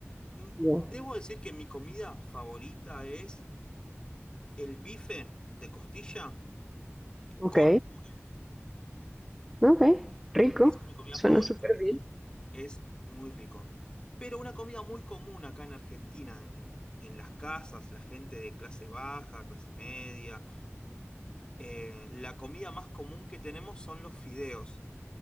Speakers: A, on the left; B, in the centre.
A: Mm,
B: Ya.
A: Debo decir que mi comida favorita es el bife de costilla
B: Ok,
A: con puré.
B: ok, rico.
A: Esa es mi comida
B: Suena
A: favorita.
B: súper bien.
A: Es muy rico. Pero una comida muy común acá en Argentina, en, en las casas, la gente de clase baja, clase media, eh, la comida más común que tenemos son los fideos.